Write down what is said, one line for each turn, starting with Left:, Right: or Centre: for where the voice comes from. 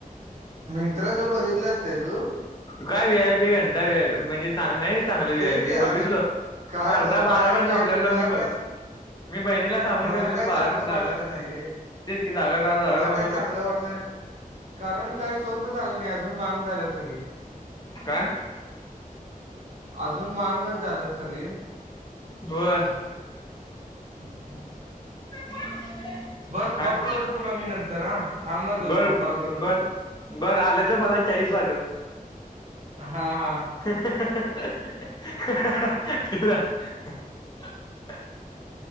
Right: म बघितलं असतंय तू
Left: काय वी आय पी घंटा व्या म्हणजे चां नाही चांगलं व्ही
Right: तेच
Left: आय
Right: की
Left: पी
Right: अरे
Left: बघितलो
Right: काय
Left: मर्दा बारा
Right: काय
Left: पर्यंत थांबलेलो
Right: मला
Left: मी
Right: काय
Left: मी बहिणीला सांगून
Right: मला
Left: ठेवलेलो
Right: काय चांगलं
Left: बारा पर्यंत
Right: वाटलं
Left: जागा तर
Right: नाही रे
Left: तेच की जागा राहा जागा
Right: मला
Left: राहा म्हणलो
Right: काय चांगलं
Left: बहीण
Right: वाटलं नाही कारण काय स्वस्त झालं नाही अजून. <unintelligible> सगळी
Left: काय
Right: अजून मांगच झाल्यात सगळे
Left: होय
Right: <unintelligible>
Left: काय
Right: बर कॉल
Left: सांग
Right: करतो तुला मी नंतर हा थांबा दोन
Left: बर
Right: मिनिट कॉल
Left: ब
Right: करतो
Left: ब बर आलं तर मला चाळीस पाठव <unintelligible>
Right: हा हा
Left: <inaudible>